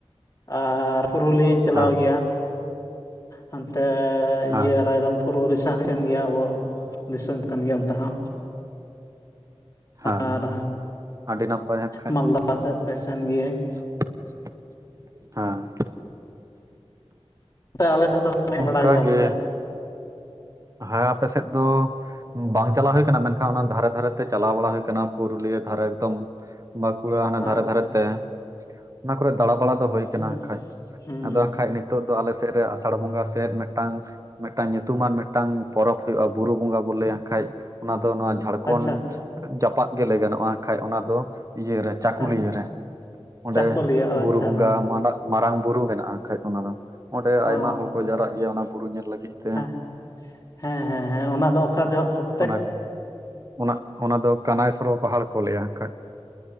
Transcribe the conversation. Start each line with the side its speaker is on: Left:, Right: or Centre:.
Left: ᱟᱨ ᱯᱩᱨᱩᱞᱤᱭᱟᱹᱧ ᱪᱟᱞᱟᱣ
Right: ᱦᱮᱸ
Left: ᱜᱮᱭᱟ᱾ ᱦᱚᱱᱛᱮ
Right: ᱦᱮᱸ
Left: ᱤᱭᱟᱹ ᱨᱟᱭᱨᱚᱝ <unintelligible> ᱯᱩᱨ ᱩᱲᱤᱥᱟ ᱦᱚᱸ ᱠᱟᱱ ᱜᱮᱭᱟ ᱟᱵᱚ ᱫᱤᱥᱚᱢ ᱠᱟᱱ ᱜᱮᱭᱟ ᱚᱱᱛᱮ ᱦᱚᱸ
Right: ᱦᱮᱸ
Left: ᱟᱨ
Right: ᱟᱹᱰᱤ ᱱᱟᱯᱟᱭ ᱦᱟᱸᱜᱠᱷᱟᱡ
Left: ᱢᱟᱞᱫᱟ ᱥᱮᱫ ᱛᱮ ᱥᱮᱱ ᱜᱮᱭᱟᱹᱧ ᱾
Right: <inaudible> ᱦᱟᱸ
Left: ᱛᱮ ᱟᱞᱮ ᱥᱮᱫ ᱫᱚ ᱦᱮᱡ
Right: ᱚᱱᱠᱟᱜᱮ
Left: ᱵᱟᱲᱟᱜ ᱜᱮᱭᱟ ᱯᱟᱥᱮᱡ?
Right: ᱦᱮᱸ ᱟᱯᱮ ᱥᱮᱫ ᱫᱚ? ᱵᱟᱝ ᱪᱟᱞᱟᱣ ᱦᱩᱭᱟᱱᱟ ᱢᱮᱱᱠᱷᱟᱱ ᱚᱱᱟ ᱫᱷᱟᱨᱮ ᱫᱷᱟᱨᱮ ᱛᱮ ᱪᱟᱞᱟᱣ ᱵᱟᱲᱟ ᱦᱩᱭ ᱠᱟᱱᱟ ᱯᱩᱨᱩᱞᱤᱭᱟᱹ ᱫᱷᱟᱨᱮ ᱮᱠᱫᱚᱢ ᱵᱟᱠᱩᱲᱟ ᱦᱟᱱᱟ
Left: ᱦᱚᱸ
Right: ᱫᱷᱟᱨᱮ ᱫᱷᱟᱨᱮ ᱛᱮ, ᱚᱱᱟ ᱠᱚᱨᱮ ᱫᱟᱲᱟ ᱵᱟᱲᱟ ᱫᱚ ᱦᱩᱭ ᱟᱠᱟᱱᱟ
Left: ᱦᱩᱸ
Right: ᱠᱷᱟᱡ
Left: ᱦᱩᱸ
Right: ᱟᱫᱚ ᱠᱷᱟᱡ <unintelligible> ᱱᱤᱛᱚᱜ ᱫᱚ ᱟᱞᱮᱮᱥᱮᱫ ᱨᱮ <unintelligible> ᱟᱥᱟᱲ ᱵᱚᱸᱜᱟ ᱥᱮᱫ ᱢᱤᱫᱴᱟᱝ ᱢᱤᱫᱴᱟᱝ ᱧᱩᱛᱩᱢᱟᱱ ᱢᱤᱫᱴᱟᱝ <unintelligible> <unintelligible> ᱴᱟᱝ ᱯᱚᱨᱚᱵᱽ ᱦᱩᱭᱩᱜᱼᱟ ᱵᱩᱨᱩ ᱵᱚᱸᱜᱟ ᱵᱚᱱ ᱞᱟᱹᱭᱟ ᱠᱷᱟᱡ ᱚᱱᱟ ᱫᱚ ᱱᱚᱣᱟ ᱡᱷᱟᱲᱠᱷᱚᱸᱰ?
Left: ᱟᱪᱪᱷᱟ
Right: ᱡᱟᱯᱟᱜ ᱜᱮ ᱞᱟᱹᱭ ᱜᱟᱱᱚᱜᱼᱟ ᱠᱷᱟᱡ ᱚᱱᱟ ᱫᱚ ᱤᱭᱟᱹ ᱨᱮ?
Left: ᱦᱮᱸ
Right: ᱠᱩᱞᱤᱭᱟᱹ ᱨᱮ ᱚᱸᱰᱮ
Left: ᱪᱟᱹᱠᱩᱞᱤᱭᱟᱹ ᱟᱪᱪᱷᱟ
Right: ᱵᱩᱨᱩ ᱵᱚᱸᱜᱟ
Left: ᱦᱮᱸ
Right: ᱢᱟᱨᱟᱝ ᱵᱩᱨᱩ ᱢᱮᱱᱟᱜᱼᱟ ᱠᱷᱟᱡ ᱚᱱᱟ ᱫᱚ ᱾ ᱚᱸᱰᱮ ᱟᱭᱢᱟ
Left: ᱚ
Right: ᱦᱚᱲ ᱠᱚ ᱡᱟᱣᱨᱟᱜ ᱜᱮᱭᱟ ᱚᱱᱟ ᱵᱩᱨᱩ ᱧᱮᱞ ᱞᱟᱹᱜᱤᱫ ᱛᱮ᱾
Left: ᱦᱮᱸ ᱦᱮᱸ ᱦᱮᱸ ᱦᱮᱸ ᱚᱱᱟ ᱫᱚ ᱚᱠᱟ ᱡᱚᱜ?
Right: ᱚᱱᱟ, ᱚᱱᱟ, ᱚᱱᱟ ᱫᱚ ᱠᱟᱱᱟᱭ ᱥᱚᱨᱚ ᱯᱟᱦᱟᱲ ᱠᱚ ᱞᱟᱹᱭᱟ ᱠᱷᱟᱡ᱾